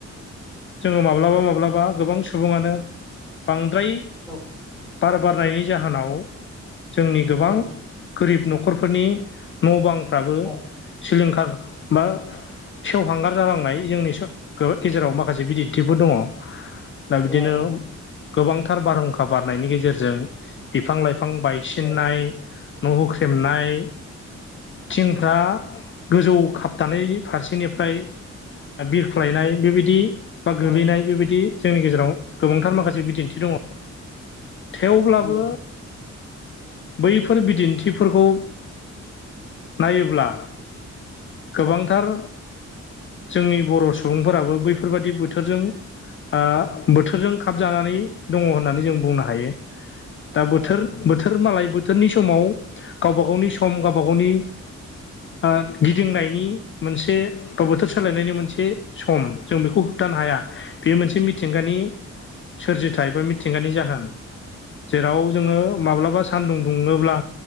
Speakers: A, on the left; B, in the centre.
A: जोङो माब्लाबा माब्लाबा गोबां सुबुङानो बांद द्राय
B: औ
A: बार बारनायनि जाहोनाव जोंनि गोबां
B: औ
A: गोरिब न'खरफोरनि न' बांफ्राबो
B: औ
A: सिलिंखार बा सेवहांगार जानांनाय जोंनि स गो गेजेराव माखासे बिदिन्थिफोर दङ दा बिदिनो
B: दङ दङ औ
A: गोबांथार बारहुंखा बारनायनि गेजेरजों बिफां लाइफां बायसिननाय
B: औ
A: न' हुख्रेमनाय थिंफ्रा गोजौ खाबथानाय फारसेनिफ्राय बिरख्लायनाय बेबायदि बा
B: औ
A: गोलैनाय बेबायदि जोंनि गेजेराव गोबांथार माखासे बिदिन्थि दङ। थेवब्लाबो
B: नंगौ
A: बैफोर बिदिन्थिफोरखौ नायोब्ला गोबांथार
B: औ
A: जोंनि बर' सु बुंफोराबो बैफोरबादि बोथोरजों हा बोथोरजों खाब जानानै दङ होननानै जों बुंनो हायो। दा बोथोर
B: औ औ
A: बोथोर मालाय बोथोरनि समाव गावबा गावनि सम गावबा गावनि ओ गिदिंनायनि मोनसे बोथोर सोलायनायनि मोनसे सम जों बेखौ होबथानो हाया बे मोनसे मिथिंगानि सोरजिथाइ बा मिथिंगानि जाहोन जेराव जोङो माब्लाबास सान्दुं दुङोब्ला